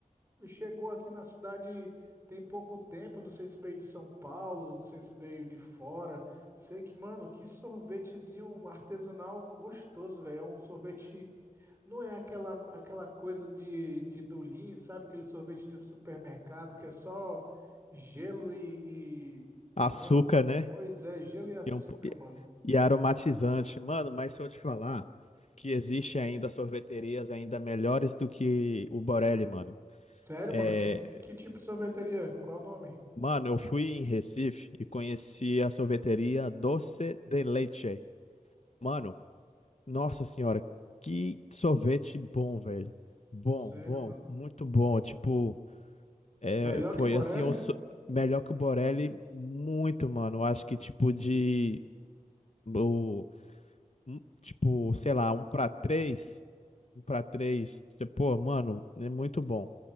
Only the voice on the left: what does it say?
Açúcar,
né?
E, é um po- e-
e aromatizante. Mano, mas se eu te falar que existe ainda sorveterias ainda melhores do que o Borelli, mano.
É,
mano, eu fui em Recife e conheci a sorveteria Doce de Leite. Mano, Nossa senhora, que sorvete bom, velho. Bom,
bom,
muito bom. Tipo, é,
foi
assim, o so- melhor que o Borelli, muito, mano. Acho que tipo de, o, um- tipo, sei lá, um pra três, um pra três. Tipo, Pô, mano, é muito bom.